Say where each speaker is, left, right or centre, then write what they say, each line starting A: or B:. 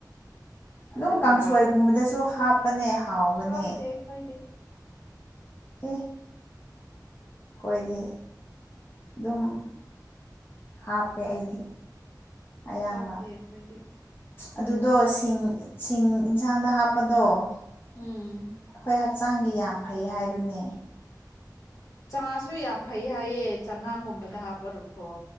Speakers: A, on the left; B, on the left.
A: ꯑꯗꯨꯒ
B: ꯑꯗꯨꯝ ꯀꯥꯡꯁꯣꯏꯒꯨꯝꯕꯗꯁꯨ ꯍꯥꯞꯄꯅꯦ ꯍꯥꯎꯕꯅꯦ
A: ꯍꯥꯞꯇꯦ ꯑꯩꯈꯣꯏꯗꯤ
B: ꯑꯦ ꯑꯩꯈꯣꯏꯗꯤ ꯑꯗꯨꯝ ꯍꯥꯞꯄꯦ
A: ꯎꯝ
B: ꯑꯩꯗꯤ ꯑꯌꯥꯝꯕ
A: ꯍꯥꯞꯇꯦ ꯑꯩꯈꯣꯏꯗꯤ
B: ꯑꯗꯨꯗꯣ ꯁꯤꯡ ꯁꯤꯡ ꯌꯦꯟꯁꯥꯡꯗ ꯍꯥꯞꯄꯗꯣ ꯑꯩꯈꯣꯏ
A: ꯎꯝ
B: ꯍꯛꯆꯥꯡꯒꯤ ꯌꯥꯝ ꯐꯩ ꯍꯥꯏꯕꯅꯦ
A: ꯆꯉꯥꯁꯨ ꯌꯥꯝ ꯐꯩ ꯍꯥꯏꯌꯦ ꯆꯉꯥꯡꯒꯨꯝꯕꯗ ꯍꯥꯞꯄꯔꯣꯀꯣ